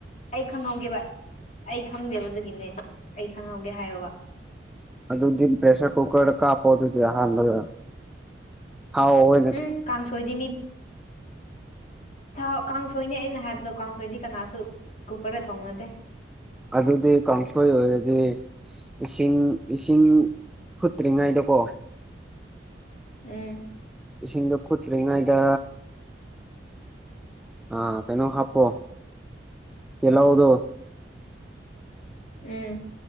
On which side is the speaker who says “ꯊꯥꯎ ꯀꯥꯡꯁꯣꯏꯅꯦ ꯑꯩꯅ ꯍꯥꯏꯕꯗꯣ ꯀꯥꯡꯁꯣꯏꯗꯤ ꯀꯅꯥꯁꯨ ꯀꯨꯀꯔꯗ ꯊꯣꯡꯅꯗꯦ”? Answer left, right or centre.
Left